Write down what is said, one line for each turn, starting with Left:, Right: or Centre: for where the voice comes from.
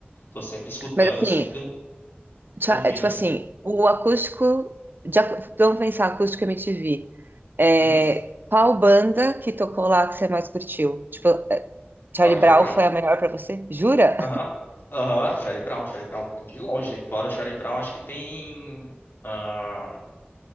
Left: tô sempre escutando,
Right: Mas assim,
Left: sempre
Right: tcha-
Left: ouvindo
Right: é, tipo
Left: assim.
Right: assim, o acústico. de acú- vamos pensar, acústica MTV. É,
Left: Uhum.
Right: qual banda que tocou lá que você mais curtiu? Tipo, é, Charlie
Left: Fora Charlie
Right: Brown
Left: Brown?
Right: foi a melhor pra você? Jura?
Left: Aham. Aham, Charlie Brown, Charlie Brown, de longe. Fora o Charlie Brown, acho que tem. Ah,